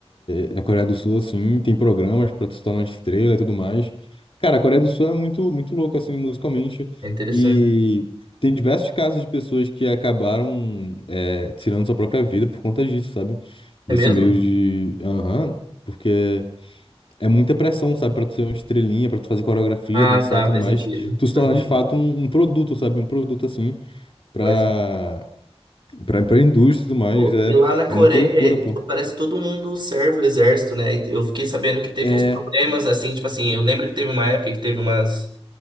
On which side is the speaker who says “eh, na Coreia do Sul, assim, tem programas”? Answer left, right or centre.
Left